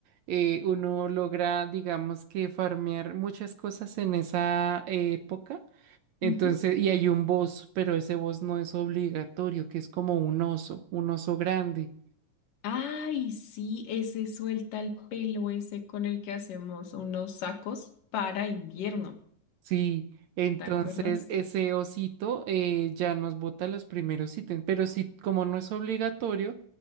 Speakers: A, on the right; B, on the left.
A: Eh, uno logra, digamos que farmear muchas cosas en esa eh, época.
B: <laughs>
A: Entonces,
B: Ujú.
A: y hay un boss, pero ese boss no es obligatorio, que es como un oso, un oso grande.
B: Ay, sí, ese suelta el pelo, ese con el que hacemos unos sacos para invierno,
A: Sí, entonces
B: ¿te acuerdas?
A: ese osito eh, ya nos bota los primeros ítems, pero si como no es obligatorio,